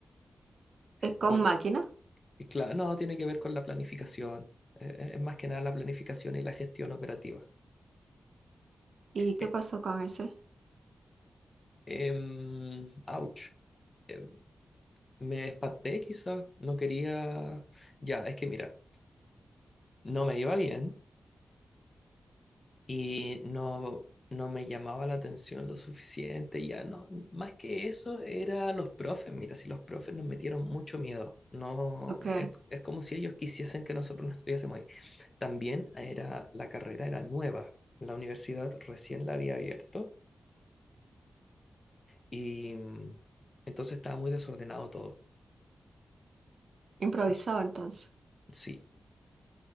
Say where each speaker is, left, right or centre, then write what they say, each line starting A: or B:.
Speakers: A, on the right (about 60°); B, on the left (about 25°).
A: Es con
B: No,
A: máquina.
B: y cla- no tiene que ver con la planificación, eh, es más que nada la planificación y la gestión operativa.
A: ¿Y qué
B: Eh,
A: pasó con ese?
B: em, ouch. eh, me espanté quizás, no quería, ya, es que mira, no me iba bien y no, no me llamaba la atención lo suficiente, ya no, más que eso era los profes, mira, si los profes nos metieron mucho miedo, no,
A: Ok,
B: es, es como si ellos quisiesen que nosotros no estuviésemos ahí. También era, la carrera era nueva, la universidad recién la había abierto y mm, entonces estaba muy desordenado todo,
A: improvisado
B: Es-
A: entonces.
B: sí,